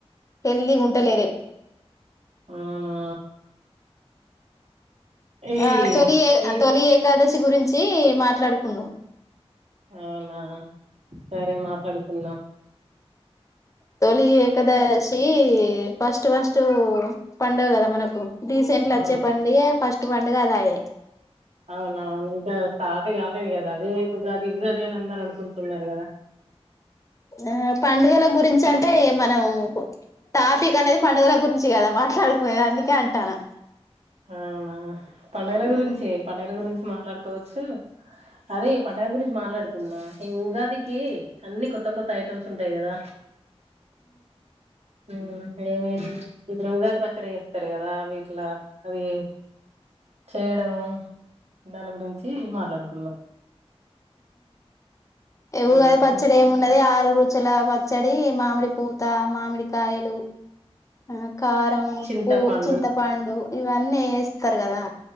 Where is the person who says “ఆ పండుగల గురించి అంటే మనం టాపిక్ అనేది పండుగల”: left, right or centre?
Left